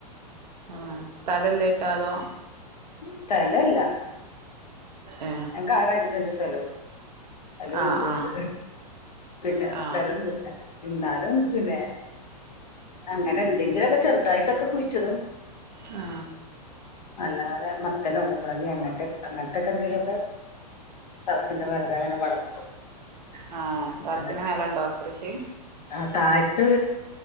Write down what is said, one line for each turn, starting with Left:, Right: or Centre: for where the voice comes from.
Right: ആ സ്ഥലംല്ലായിട്ടാ അതോ
Left: സ്ഥലല്ല
Right: ഏ
Left: ആക അഞ്ച് സെന്റ് സ്ഥലോള്ളൂ അയോ
Right: ആ
Left: വിടണ്ട്
Right: ആ
Left: പിന്നെ
Right: ആ
Left: സ്ഥലംഒന്നുമല്ല എന്നാലും പിന്നെ അങ്ങനെ എന്തെങ്കിലുംഓ ക്കെ ചെറുതായിട്ടൊക്കെ കുഴിച്ചിടും
Right: ആ
Left: അല്ലാതെ മത്തനോ കകുമ്പളങ്കി അങ്ങനത്തെ അങ്ങനത്തെക്കെ എന്തേലുമൊക്കെ ട റസിന്റെ മേലെ അങ്ങനെ വളർത്തും
Right: ആ
Left: ങ്ങനെ
Right: ടെറസിന് മേലണ്ടോ കൃഷി
Left: ആ താഴത്ത്